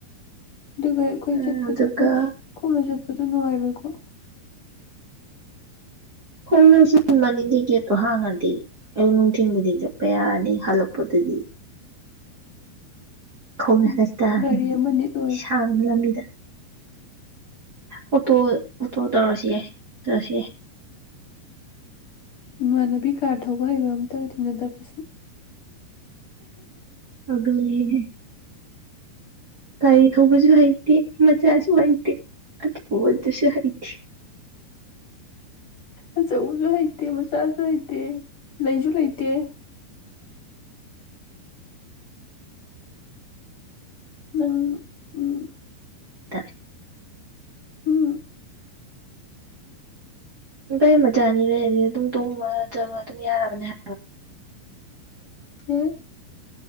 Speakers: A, on the left (about 40°); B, on the right (about 25°).
A: ꯑꯗꯨꯒ ꯑꯩꯈꯣꯏ
B: ꯎꯝ
A: ꯆꯠꯄꯗꯣ
B: ꯑꯗꯨꯒ
A: ꯑꯁ ꯈꯣꯡꯅ ꯆꯠꯄꯗꯣ ꯅꯨꯡꯉꯥꯏꯔꯣꯏꯀꯣ
B: ꯈꯣꯡꯡꯂꯣꯏꯁꯤ ꯃꯅꯤꯡꯗꯤ ꯒꯦꯠꯇꯣ ꯍꯥꯡꯉꯗꯤ ꯑꯌꯨꯛ ꯅꯨꯡꯊꯤꯟꯕꯨꯗꯤ ꯆꯠꯄ ꯌꯥꯔꯅꯤ ꯍꯜꯂꯛꯄꯗꯨꯗꯤ ꯀꯧꯅ
A: ꯎꯝ
B: ꯍꯔꯁꯤꯛꯇ
A: ꯒꯥꯔꯤ ꯑꯃ ꯅꯤꯠ ꯑꯣꯏꯔꯦ
B: ꯁꯥꯡꯕ ꯂꯝꯕꯤꯗ ꯑꯣꯇꯣ ꯑꯣꯇꯣ ꯇꯧꯔꯁꯤ ꯌꯥꯏ ꯇꯧꯑꯁꯤ ꯌꯥꯏ
A: ꯏꯃꯥꯟꯅꯕꯤ ꯀꯥꯔ ꯊꯧꯕ ꯍꯩꯕ ꯑꯃꯝꯇ ꯇꯤꯟꯅꯗꯕꯁꯦ
B: ꯑꯗꯨꯅꯤ ꯒꯥꯔꯤ ꯊꯧꯕꯁꯨ ꯍꯩꯇꯦ ꯃꯆꯥꯁꯨ ꯍꯩꯇꯦ ꯑꯆꯧꯕ ꯗꯨꯁꯨ ꯍꯩꯇꯦ
A: ꯑꯆꯧꯕꯁꯨ ꯍꯩꯇꯦ ꯃꯆꯥꯁꯨ ꯍꯩꯇꯦ ꯂꯩꯁꯨ ꯂꯩꯇꯦ ꯅꯪ ꯎꯝ
B: ꯇꯥꯏ
A: ꯎꯝ
B: ꯀꯒꯥꯩ ꯃꯆꯥꯅꯤ ꯂꯩꯔꯗꯤ ꯑꯗꯨꯝ ꯇꯣꯡꯕ ꯆꯕ ꯑꯗꯨꯝ ꯌꯥꯔꯕꯅꯦ ꯍꯥꯏ
A: ꯑꯦ